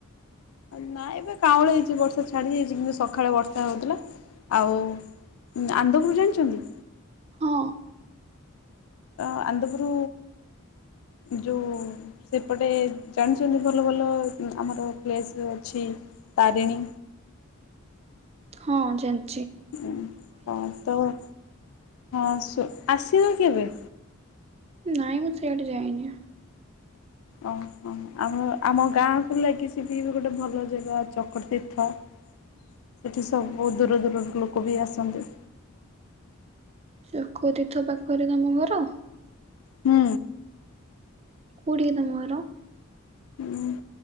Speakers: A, on the left; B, on the right.
A: ନା ଏବେ କାଉଁଳି ହେଇଛି ବର୍ଷା ଛାଡି ଯାଇଛି କିନ୍ତୁ ସକାଳେ ବର୍ଷା ହଉଥିଲା ଆଉ ଆନ୍ଦପୁର ଜାଣିଛନ୍ତି
B: ହଁ
A: ଆ ଆନନ୍ଦପୁରୁ ଯେଉଁ ସେପଟେ ଜାଣିଛନ୍ତି ଭଲ ଭଲ ଆମର ପ୍ଲେସ୍ ଅଛି ତାରିଣୀ
B: ହଁ ଯେନ
A: ହୁଁ ହଁ ତ ହଁ ଆସୁ ଆସିବ କେବେ
B: ନାଇଁ ମୁଁ ସିଆଡେ ଯାଇନି ଆଉ
A: ଓହ ଆମ ଆମ ଗାଁକୁ ଲାଗିଛି ବି ବି ଗୋଟେ ଭଲ ଜାଗା ଚକତୀର୍ଥ ସେଠି ସବୁ ଦୂର ଦୂରରୁ ଲୋକ ବି ଆସନ୍ତି
B: ଚକତୀର୍ଥ ପାଖରେ ତମ ଘର
A: ହୁଁ
B: କଉଠି କି ତମ ଘର?
A: ହୁଁ